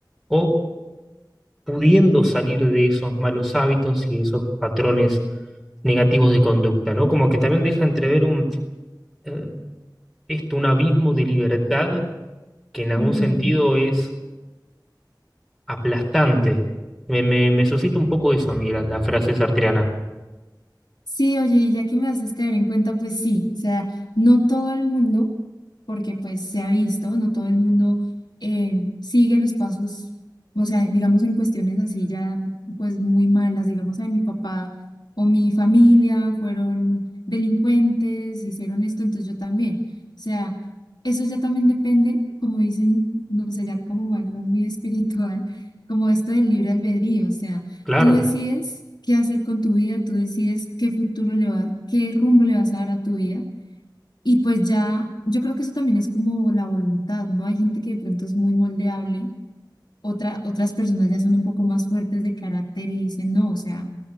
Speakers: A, in the centre; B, on the left (about 70°).
A: o pudiendo salir de esos malos hábitos y esos patrones negativos de conducta, ¿no? Como que también deja entrever un, eh, esto, un abismo de libertad que en algún
B: Sí,
A: sentido
B: sí, sí.
A: es aplastante. Me, me, me suscita un poco eso a mí, la, la frase sartreana.
B: Sí, oye, y ya que me haces caer en cuenta, pues sí, o sea, no todo el mundo, porque pues se ha visto, no todo el mundo eh, sigue los pasos, o sea, digamos en cuestiones así ya pues muy malas, digamos, a mi papá o mi familia fueron delincuentes, hicieron esto, entonces yo también. O sea, eso ya también depende, como dicen, no sé, ya como algo muy espiritual, como esto del libre albedrío, o sea.
A: Claro,
B: Tú decides qué hacer con tu vida, tú decides qué futuro le va, qué rumbo le vas a dar a tu vida. Y pues ya, yo creo que eso también es como la voluntad, ¿no? Hay gente que de pronto es muy moldeable otra, otras personas ya son un poco más fuertes de carácter y dicen, no, o sea,